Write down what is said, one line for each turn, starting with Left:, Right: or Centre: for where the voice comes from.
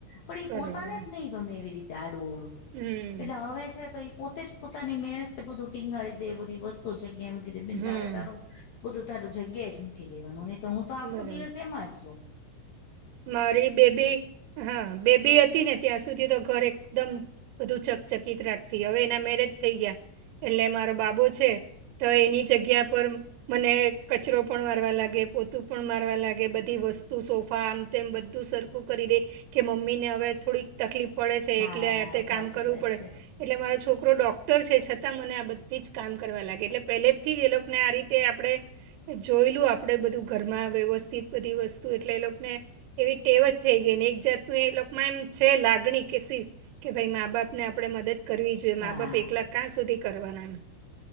Left: પણ ઈ
Right: બરાબર
Left: પોતાને જ નહીં ગમે એવીરીતે આડું અવળું...
Right: હમ
Left: એટલે હવે છે તો ઈ પોતે જ પોતાની મહેનતથી બધું ટીંગાડી દે એ બધી વસ્તુ જગ્યાએ મુકી દે. બેન
Right: હમ
Left: તારે તારું બધું તારું જગ્યાએ જ મૂકી દેવાનું. નહી તો હું તો આખો
Right: બરાબર
Left: દિવસ એમાં જ રવ.
Right: મારી બેબી.. હા બેબી <inaudible> એ હતી ને ત્યાં સુધી તો ઘર એકદમ બધું ચકચકિત રાખતી, હવે એનાં મેરેજ થઈ ગ્યા. એટલે મારો બાબો છે. તો એની જગ્યા પર મને કચરો પણ વારવા લાગે, પોતું પણ મારવા લાગે, બધી વસ્તુ સોફા આમ તેમ બધું સરખું કરી દેય કે મમ્મીને હવે થોડીક તકલીફ પડે છે.
Left: હા
Right: એકલે હાથે
Left: સાચી
Right: કામ કરવું
Left: વાત
Right: પડે
Left: છે
Right: એટલે મારો છોકરો ડૉક્ટર છે. છતાં મને આ બધ્ધી જ કામ કરવા લાગે. એટલે પહેલેથી જ એ લોકને આ રીતે આપણે જોઈલું આપણે બધું ઘરમાં વ્યવસ્થિત બધી વસ્તુ. એટલે એ લોકને એવી ટેવ જ થઈ ગઈ ને.. એક જાતનું એ લોકોમાં એમ છે લાગણી.. કે <inaudible> કે ભાઈ મા બાપને આપણે મદદ કરવી જોય.
Left: હા
Right: મા બાપ એકલા કાં સુધી કરવાના?.